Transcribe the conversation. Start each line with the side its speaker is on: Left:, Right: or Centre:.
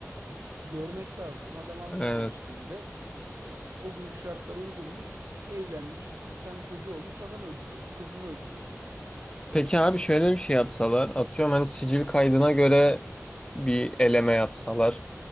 Right: görmek lazım. Adam almış
Left: Evet.
Right: gençliğinde e, o günkü şartlara uygunmuş, evlenmiş, iki tane çocuğu olmuş, adam öldürüyor, çocuğunu öldürüyor.
Left: Peki abi şöyle bir şey yapsalar, atıyorum hani sicil kaydına göre bir eleme yapsalar.